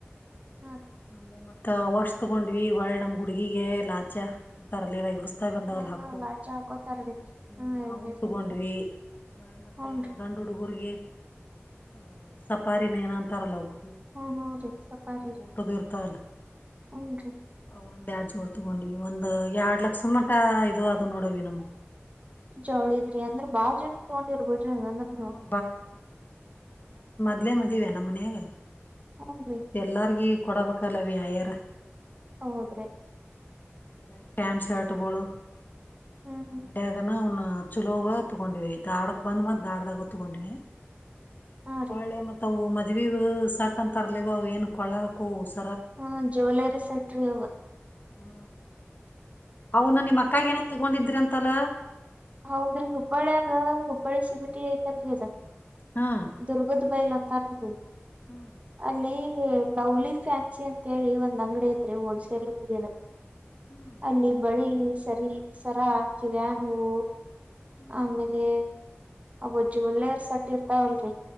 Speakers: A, on the right (about 30°); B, on the left (about 40°).
A: ಹಾ <inaudible>
B: ನ ಮತ್ತ ವರ್ಷ ತಗೊಂಡ್ವಿ ಒಳೆ ನಮ್ ಹುಡ್ಗಿಗೆ ಲಾಚ ಅಂತಾರಲ್ಲವಾ ಹೊಸ ತ್ತಾಯಿ ಬಂದವಲ್
A: ಹಾ
B: ಹಾಕು
A: ಹಾ ಲಾಡ್ಜ ಹಾಕೋತಾರೀ
B: ಹ್ಮ
A: ಹಾ ಎಂಗೇಜ್ಮೆಂಟ್
B: ಅವಂ ತಗೊಂಡ್ವಿ ಮತ್ತ
A: ಹೂನ್ರಿ
B: ಎರಡು ಗಂಡು ಹುಡುಗರ್ಗ ಹ ಸಪಾರಿನೇಏನ ಅಂತಾರಲ ಅವಕ್
A: ಹ್ಮ್ ಹ್ಮ್ ರೀ ಸಪಾರಿ
B: ಊಟೋದರ್ತಲ್ಲ
A: ಹೂನ್ರಿ
B: ಅವ ಎರಡ್ ಜೋಡಿ ತಗೊಂಡವಿ ಒಂದ್ ಎರಡ್ ಲಕ್ಷ ಮಟ ಇದು ಅದು ನೋಡ ಅವ್ವಿ ನಮ್ಮವ
A: ಜಾವಳಿದ ಅಂದ್ರ ಬಾಳ ಜನಕ್ ತಗೊಂಡಿರ್ಬಿಡ್ರಿ ನೀವ ಹಂಗಧರ
B: ಹ್ಮ ಇಲ್ಲೇ ಮದವೇ ನಮ್ಮಮನೆಗ
A: ಹೂನ್ರಿ
B: ಮತ್ತ ಎಲ್ಲಾರಗ ಕೊಡ ಬಕ್ಕಾಲ ಅವ್ವಿ ಆಯರ
A: ಹೌದ್ರಿ <unintelligible>
B: ಕ್ ಪ್ಯಾಂಟ್ ಶರ್ಟ್ಗಳುಗಳು <unintelligible>
A: ಹ್ಮ್ ಹ್ಮ್
B: ಅಂಗಡಿಗೂ ನು ಅವನು <unintelligible> ಚುಲೋವ ತಗೊಂಡಿವಿ ಧಾರವಾಡಕ್ ಬಂದ್ ಮತ್ ಧಾರವಾಡ ತಗೊಂಡಿವಿ <unintelligible>
A: ಹಾ ರೀ
B: ಹಾಳೆ ಮತ್ತ ಹ ಮ <unintelligible> ಇದ್ ಸಟ್ ಅಂತರ್ಲಿವ ಏನ ಕೊಳ್ಳಗ ಅಕ್ಕೋನವ ಕೋರ್ಸ್
A: ಹಾ ಜ್ಯುವಲರಿ ಸಟ್ರಿ ಅವು
B: ಹಾ ಅವನ್ನ ನಿಮ ಅಕ್ಕ ನ ತೊಗೊಂಡಿದ್ರ ಅಂತ ತನ್ನ
A: ಹೌದ್ರೀ ಹುಬ್ಬಳ್ಯಾಗ ಹುಬ್ಬಳಿ ಶಿಮ ಟೀ ಕಲ್ ರೆಸಾ
B: ಹಾ
A: ದುರ್ಗದ ಬೈಲ ಕಳಿದೋಸ
B: ಹ್ಮ್
A: ಅಲ್ಲಿ ಲವ್ಲಿ ಫ್ಯಾನ್ಸಿ ಅಂತ ಹೇಳಿ ಒಂದ್ ಅಂಗಡಿ ಐತ್ರಿ ಹೋಲ್ಸೇಲ್ ಇದ್ರಿ ಅದ <unintelligible>
B: ಹ್ಮ್
A: ಅಲ್ಲಿ ಬಳಿ ಇ ಸರಿ ಸರಾ ಕಿವ್ಯಾನವು
B: ಹ್ಮ್
A: ಆಮೇಲೆ ಅವ ಜೂವೆಲರ್ ಸಟ್ಟ ಇರ್ತಾವಲ್ರರಿ